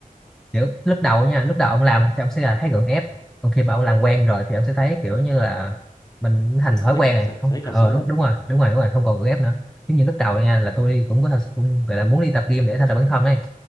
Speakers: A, in the centre; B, on the left (about 25°).
A: kiểu
B: ừ.
A: lúc đầu nha lúc đầu ông làm thì ông sẽ là thấy gượng ép còn khi mà ông làm quen rồi thì ông sẽ thấy kiểu như là mình thành thói
B: sở thích
A: quen
B: cả
A: rồi
B: sở,
A: không
B: sở thích
A: ờ
B: thật sự luôn
A: đúng, đúng rồi đúng rồi đúng rồi không còn gượng ép nữa giống như lúc đầu nha là tôi cũng có thật cũng gọi là muốn đi tập gym để thay đổi bản thân ấy